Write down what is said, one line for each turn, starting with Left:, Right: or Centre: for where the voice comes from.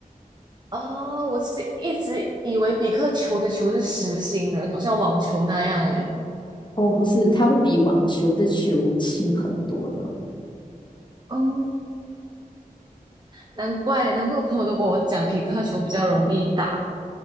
Right: 哦，我是一直以为比克球的球是实心的，好像网球那样诶。
Left: 哦，不是，它会比网球的球轻很多的。
Right: 哦，难怪难怪我朋友都跟我讲匹克球比较容易打。